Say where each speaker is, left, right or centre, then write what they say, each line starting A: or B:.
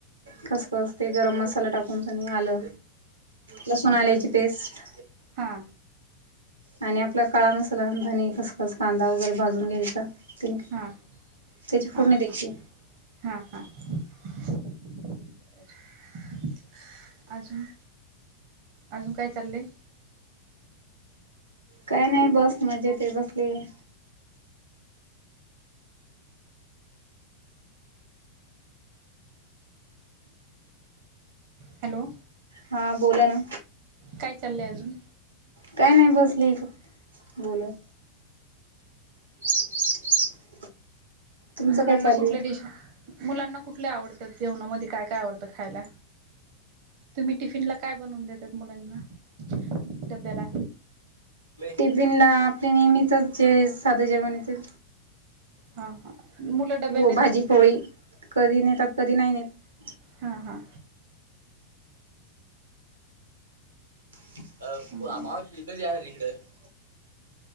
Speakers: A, on the right (about 75°); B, on the right (about 45°).
A: खसखस ते. गरम मसाला टाकून <unintelligible> आलं. लसूण - आल्याची पेस्ट.
B: हा.
A: आणि आपला काळा मसाला. धने, खसखस, कांदा वगैरे, भाजून घ्यायचा. ते
B: हां.
A: त्याची
B: हां,
A: फोडणी
B: हा,
A: द्यायची
B: हां. हा, हा, हा. <inaudible> <inaudible> अजून? अजून, काय चाललंय?
A: काय नाई बस मधे ते बसलेले.
B: हॅलो.
A: हा बोला ना.
B: काय चाललंय अजून.
A: काय नाई बसलेय फक्त बोलत. <unintelligible> तुमचं
B: मुलांना
A: काय चालू
B: कुठल्या डिश मुलांना कुठल्या आवडतात, जेवणामध्ये काय काय आवडतं खायला. तुम्ही टिफिन ला काय बनवून देतात मुलांना डब्याला.
A: टिफिन ला आपले नेहमितच जे साधे जेवण येत.
B: हा हा मुलं डब्याने
A: हो
B: नेतात
A: भाजी पोळी कधी नेतात कधी नाही नेत.
B: हा हा.
A: <unintelligible>
B: हम्म.